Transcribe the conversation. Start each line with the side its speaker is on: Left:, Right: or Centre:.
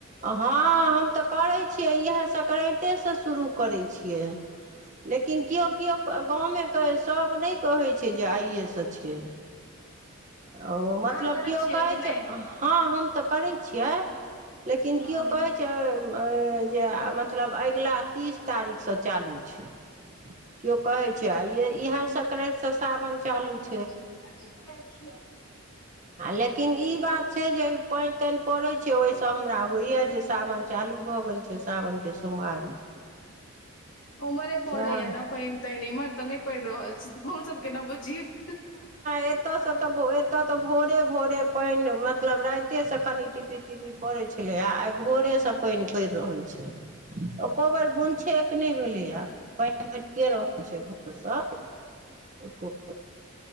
Right: हँअ हम तऽ करै छियै इहेए संक्राइते सँ शुरू करै छियै। लेकिन कियो- कियो क गाँव मे क सब नै कहै छै जे आइये सँ छै। ओ मतलब
Left: अहाँ करै
Right: कियो
Left: छियै
Right: कहै
Left: कि नहि
Right: छै हँ हम त करै छियै। लेकिन
Left: हँ
Right: कियो कहै छै कियो जे मतलब अगिला तीस तारीख सँ चालू छै। कियो कहै छै आ इहेए सकरांइत स सावन चालू छै।
Left: कतेक रियेएल खियेएल छी।
Right: लेकिन इ बात छै जे पाइन- ताइन पड़ै छै ओहि सँ हमरा होइये जे सावन चालू भऽ गेल छै सावन के सोमबारी।
Left: ओम्हरे पड़ैये
Right: सएह
Left: ने पाइन- ताइन इम्हर तऽ नै पड़ि रहल छै हम सब केना बुझियै। ह <unintelligible>
Right: एतऽ से तऽ एतऽ तऽ भोरे- भोरे पाइन मतलब राइते से कनि टिप टीपीर - टीपीर पड़ै छलैये आ आइ भोरे से पाइन पैड़ रहल छै। ओको बेर बुन छेक नै भेलैये पाइन पैड़िये रहल छै भोर सॅं। <inaudible>